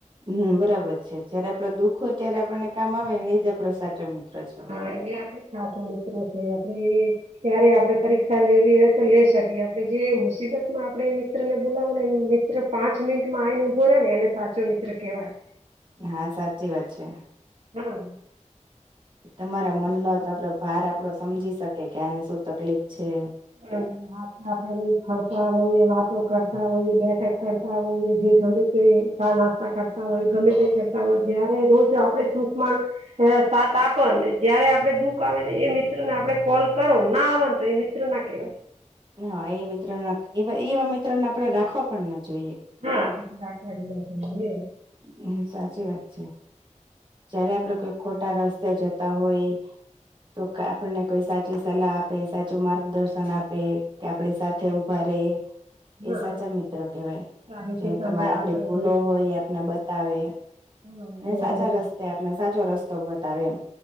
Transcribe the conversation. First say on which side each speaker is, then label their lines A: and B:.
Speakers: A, on the right; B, on the right.
A: હમ, બરાબર છે, જયારે આપડે દુઃખ હોય ત્, યારે આપણને કામ આવે ને, એ જ આપડો સાચો મિત્ર છે.
B: હા, એ આપડે સાચો મિત્ર છે, આપડે એ ક્યારે આપડે પરીક્ષા લેવી હોય તો લે શકીએ, આપડે જે મુસીબતમાં આપડે મિત્ર ને બોલાવો ને. મિત્ર પાંચ મિનિટમાં આઇન ઉભો રેને, એને સાચો મિત્ર કેવાય.
A: હા, સાચી વાત છે.
B: હમ.
A: તમારા મનનો જ આપડો ભાર આપડો સમજી શકે કે, આને શું તકલીફ છે.
B: હમ. હા, આપણે રોજ ફરતા હોઈએ, વાતો કરતા હોઈએ, બેઠક કરતા હોઈએ જે ચા-નાસ્તા કરતા હોય, ગમે તે કરતા હોય, જયારે રોજ આપણે સુખમાં હ, સાત આપને જયારે આપડે દુઃખ આવે ને, એ મિત્ર ને આપડે કોલ કરો ને, આવને તો એ મિત્ર ના કેવાય.
A: હા, એ મિત્ર એવા મિત્રોને આપણે રાખવા પણ ના જોઈએ.
B: હા, રાખવા જેવા.
A: હમ સાચી વાત છે. જયારે આપડે કોઈ ખોટા રસ્તે જતા હોય તો, આપણને કોઈ સાચી સલાહ આપે, સાચું માર્ગદર્શન આપે કે, આપડી સાથે ઉભા રે.
B: હા
A: એ સાચા મિત્ર કેવાય,
B: સારી
A: જે
B: શિખામણ
A: તમારે આપડી
B: આપડે
A: ભૂલો હોય એ, આપને બતાવે.
B: હમ
A: અને
B: જે
A: સાચા
B: કરે
A: રાસ્તે આપણે સાચો રસ્તો બતાવે એમ.